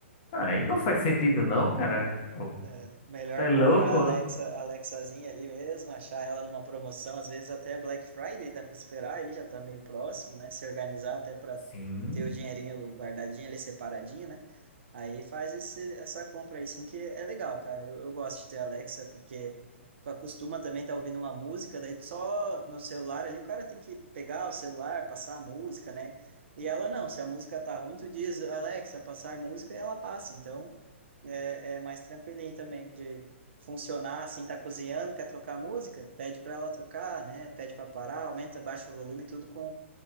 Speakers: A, on the left; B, on the right.
A: aí não faz sentido não, cara. Pô,
B: É, melhor
A: Tá é louco?
B: comprar a Alexa,
A: né?
B: a Alexazinha ali mesmo, achar ela numa promoção, às vezes até Black Friday dá para esperar aí, já tá meio próximo, né? Se organizar até para
A: Sim.
B: ter o dinheirinho guardadinho ali separadinho, né? Aí faz esse, essa compra aí sim, que é legal, cara. Eu, eu gosto de ter a Alexa, porque tu acostuma também estar tá ouvindo uma música, daí tu só no celular ali o cara tem que pegar o celular, passar a música, né? E ela não, se a música tá ruim, tu diz, Alexa, passar música, e ela passa. Então, é, é mais tranquilinho também de funcionar assim, tá cozinhando, quer trocar a música, pede para ela trocar, né? Pede para parar, aumenta, baixa o volume, tudo com,